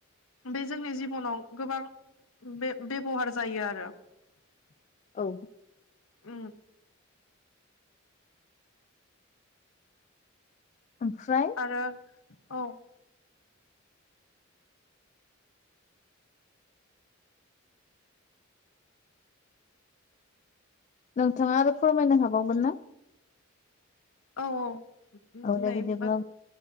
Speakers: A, on the left (about 85°); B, on the left (about 35°).
A: बे जोंनि जिबनाव गोबां बे बेबहार जायो । आरो <unintelligible>
B: औ
A: उम
B: ओमफ्राय
A: आरो औ
B: नोंथाङा आरो फोरमायनो हाबावगोन ना?
A: औ औ
B: दे
A: नैबा
B: बिदिब्ला